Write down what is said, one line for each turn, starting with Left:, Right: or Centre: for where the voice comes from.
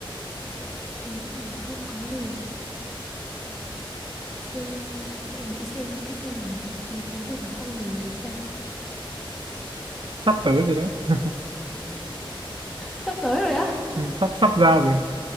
Centre: Có tiến mà không có lùi. Xe, để nghĩ xem cái xe gì mà nó tiến tới được mà nó không lùi được ta.
Right: sắp tới rồi đó
Centre: Sắp tới rồi á.
Right: ừ, sắp sắp ra rồi